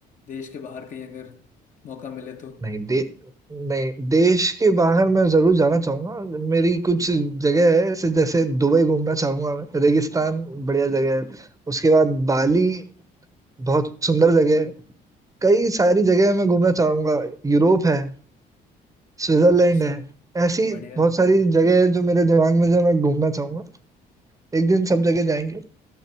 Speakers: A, on the left; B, on the right.
A: देश के बाहर कहीं अगर मौका मिले तो
B: नहीं दे नहीं देश के बाहर मैं जरूर जाना चाहूंगा मेरी कुछ जगह है ऐसे जैसे दुबई घूमना चाहूंगा मैं रेगिस्तान बढ़िया जगह है उसके बाद बाली बहुत सुंदर जगह है कई सारी जगह मैं घूमना चाहूंगा यूरोप है स्विट्जरलैंड
A: अच्छा
B: है ऐसी
A: बढ़िया
B: बहुत
A: है।
B: सारी जगह है जो मेरे दिमाग में जो मैं घूमना चाहूंगा एक दिन सब जगह जाएंगे